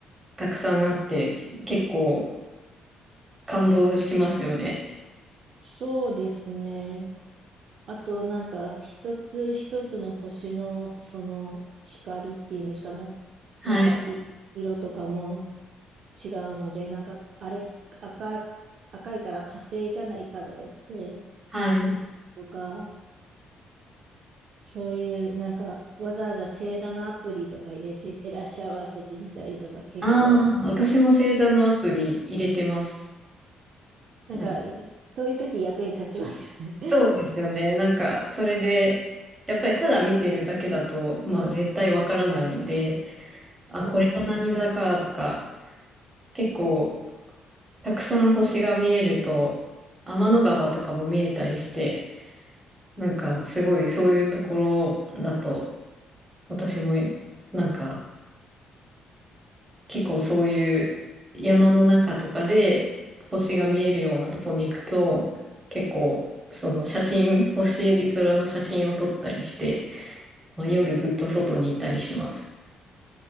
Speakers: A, on the right (about 25°); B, on the right (about 60°).
A: たくさんあって結構感動しますよね。
B: そうですね。あとなんか一つ一つの星のその光っていうんですかな。
A: はい。
B: なんかい色とかも違うので、なんかあれ赤、赤いから火星じゃないかとか言って、
A: はい。
B: みたりとか、そういうなんかわざわざ星座のアプリとか入れて照らし合わせてみたりとか結構
A: ああ、私も星座のアプリ入れてます。
B: なんか
A: なんか
B: そういう時役に立ちますよね。
A: そうですよね。なんかそれでやっぱりただ見てるだけだとまあ絶対わからないので
B: <laughs>
A: あこれが何座かとか
B: そうです。
A: 結構たくさん星が見えると、天の川とかも見えたりして、なんかすごいそういうところだと、私もなんか結構そういう山の中とかで星が見えるようなとこに行くと、結構その写真、星空の写真を撮ったりして、まあ、夜ずっと外にいたりします。